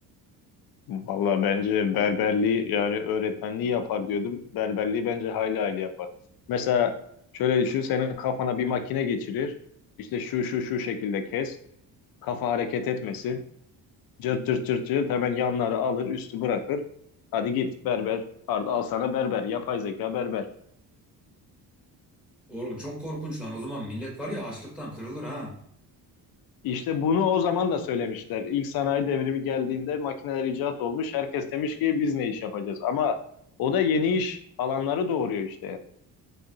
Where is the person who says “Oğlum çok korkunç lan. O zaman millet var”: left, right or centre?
Centre